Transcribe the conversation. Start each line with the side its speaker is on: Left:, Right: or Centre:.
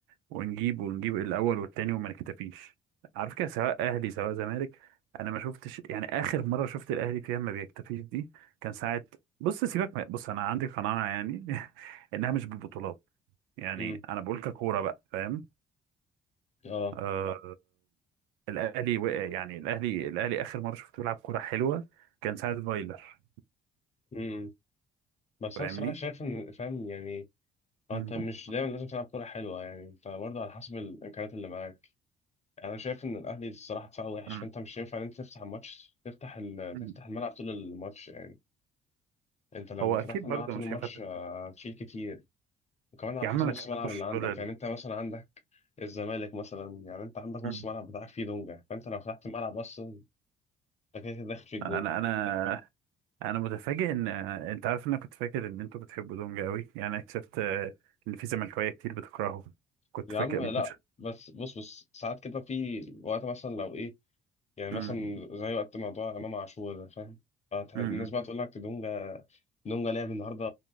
Right: ونجيب ونجيب الاول والتاني وما نكتفيش عارف كده سواء اهلي سواء زمالك انا ما شفتش يعني اخر مره شفت الاهلي فيها ما بيكتفيش دي كان ساعه بص سيبك من- بص انا عندي قناعه يعني <laughs> انها مش بالبطولات يعني
Left: مم.
Right: انا بقول مم. ككوره بقى فاهم
Left: اه
Right: آه اه آه، الاهلي وقع يعني الاهلي الاهلي اخر مره شفته بيلعب كوره حلوه كان ساعه فايلر
Left: امم بس
Right: فاهمني
Left: انا الصراحه شايف ان فاهم يعني
Right: مم.
Left: هو انت مش دايما لازم تلعب كوره حلوه يعني انت برضه على حسب الامكانيات اللي معاك يعني انا شايف ان الاهلي الصراحه دفاعه وحش
Right: مم.
Left: فانت مش ينفع ان انت تفتح الماتش تفتح ال...
Right: مم.
Left: تفتح الملعب طول الماتش يعني انت لو
Right: هو
Left: فتحت
Right: اكيد
Left: الملعب
Right: برضه
Left: طول
Right: مش
Left: الماتش
Right: هينفع
Left: آه، هتشيل كتير وكمان على
Right: يا عم
Left: حسب
Right: ما
Left: نص
Right: تحبوش
Left: الملعب اللي عندك
Right: دول
Left: يعني انت مثلا عندك الزمالك مثلا يعني انت عندك نص
Right: مم.
Left: الملعب بتاعك فيه دونجا فانت لو فتحت الملعب اصلا انت كده كده داخل في الجون
Right: انا انا انا متفاجئ ان انت عارف ان انا كنت فاكر ان انتوا بتحبوا دونج قوي يعني اكتشفت آه، ان في زملكاويه كتير بتكرهه كنت
Left: يا
Right: فاكر
Left: عم
Right: ما
Left: لا
Right: كنتش
Left: بس بص بص ساعات كده في وقت مثلا لو ايه يعني مثلا
Right: مم.
Left: زي وقت موضوع امام عاشور ده فاهم فت- الناس
Right: مم.
Left: بقى تقول لك دونجا دونجا لعب النهارده